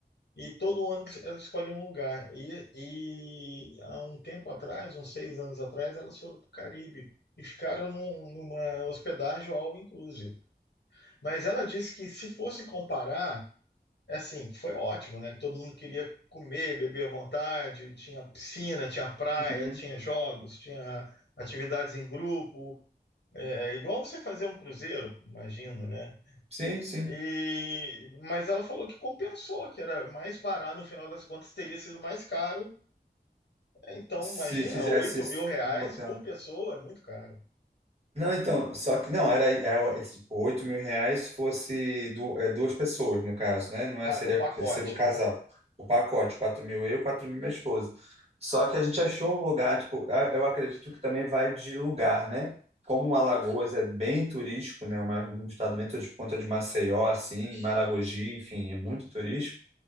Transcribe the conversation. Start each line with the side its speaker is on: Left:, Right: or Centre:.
Left: e todo ano elas escolhem um lugar. E, e há um tempo atrás, uns seis anos atrás, elas foram para o Caribe e ficaram num- numa hospedagem all inclusive. Mas ela disse que se fosse comparar, é assim, foi ótimo, né? Que todo mundo queria comer, beber à vontade, tinha piscina, tinha praia,
Right: uhum.
Left: tinha jogos, tinha atividades em grupo, é, igual você fazer um cruzeiro, imagino, né?
Right: Sim, sim.
Left: E, mas ela falou que compensou, que era mais barato, no final das contas teria sido mais caro. Então,
Right: Se
Left: imagina,
Right: fizesse
Left: oito mil reais
Right: um hotel,
Left: por pessoa é muito caro.
Right: Não, então, só que não, era, é, é, é, tipo, oito mil reais fosse du, é, duas pessoas, no caso, né? Não
Left: Ah,
Right: é, seria,
Left: o pacote,
Right: seria o casal,
Left: né?
Right: o pacote, 4 mil eu, 4 mil minha esposa. Só que a gente achou um lugar, tipo, a- eu acredito que também vai de lugar, né? Como Alagoas é bem turístico, né? Uma- um estado bem turístico por conta de Maceió, assim, Maragogi, enfim, é muito turístico.